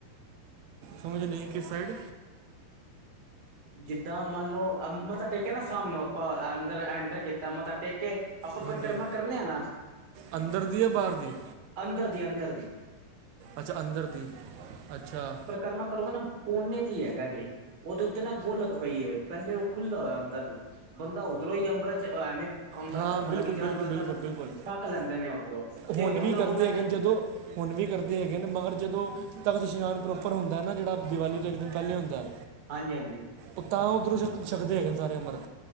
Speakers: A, on the right; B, on the right.
A: ਸਮੇ ਨਈ ਆਈ ਕਿਸ ਸਾਈਡ
B: ਜਿੱਦਾਂ ਮੰਨ ਲਓ ਮੱਥਾ ਟੇਕਿਆ ਨਾ ਸਾਹਾਮ ਨੇ ਆਪਾਂ ਅੰਦਰ ਐਂਟਰ ਕੀਤਾ ਮੱਥਾ ਟੇਕ ਕੇ ਆਪਾਂ
A: ਹਾਂਜੀ
B: ਪਰਿਕਰਮਾ ਕਰਨੇ ਆ ਨਾ,
A: ਅੰਦਰ ਦੀ ਹੈ ਬਾਹਰ ਦੀ
B: ਅੰਦਰ ਦੀ ਅੰਦਰ ਦੀ।
A: ਅੱਛਾ ਅੰਦਰ ਦੀ। ਅੱਛਾ
B: ਕਰਮਾ ਕਰੋਗੇ ਨਾ ਕੋਨੇ ਤੇ ਹੀ ਹੈਗਾ ਜੇ ਉਹਦੇ ਇਕ ਨਾ ਗੋਲਕ ਪਈ ਹੈ, ਪਹਿਲੇ ਉਹ ਖੁੱਲਾ ਹੋਇਆ ਹੁੰਦਾ ਦਾ ਸੀ, ਬੰਦਾ ਉਧਰੋਂ ਹੀ ਅੰਮ੍ਰਤ ਐਵੇਂ ਅੰਮ੍ਰਿਤ
A: ਹਾਂ
B: ਮਤਲਬ
A: ਬਿਲਕੁਲ
B: ਕਿ
A: ਬਿਲਕੁਲ
B: ਜਲ ਚੱਲਦਾ
A: ਬਿਲਕੁਲ
B: ਨਾ
A: ਬਿਲਕੁਲ,
B: ਛੱਕ ਲੈਂਦੇ ਨੇ ਉੱਧਰੋਂ ਤੇ
A: ਹੁਣ ਵੀ
B: ਉਹਨਾਂ
A: ਕਰਦੇ ਹੈਗੇ ਨੇ ਜਦੋਂ ਹੁਣ ਵੀ ਕਰਦੇ ਹੈਗੇ ਨੇ ਮਗਰ ਜਦੋਂ ਤਖ਼ਤ ਇਸ਼ਨਾਨ ਪ੍ਰੋਪਰ ਹੁੰਦਾ ਨਾ ਜਿਹੜਾ ਦੀਵਾਲੀ ਤੋਂ ਇੱਕ ਦਿਨ ਪਹਿਲੇ ਹੁੰਦਾ
B: ਹਾਂਜੀ ਹਾਂਜੀ।
A: ਉਹ ਤਾਂ ਉੱਧਰੋਂ ਛਕ ਛਕਦੇ ਹੈਗੇ ਨੇ ਸਾਰੇ ਅੰਮ੍ਰਿਤ